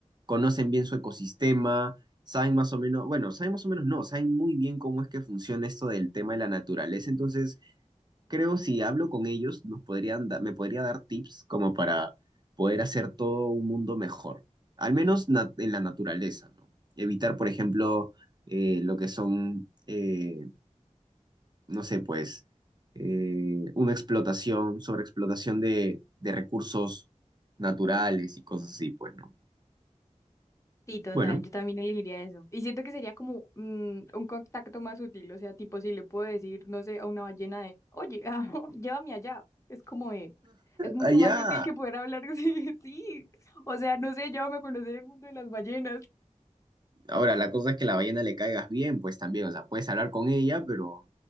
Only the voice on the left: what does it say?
Sí, total,
yo también elegiría eso. Y siento que sería como mm, un contacto más útil, o sea, tipo si le puedo decir, no sé, a una ballena de, oye, <laughs> ah, llévame allá, es como de, es mucho
más útil que poder hablar, <laughs> sí, sí, o sea, no sé, llévame a conocer el mundo de las ballenas.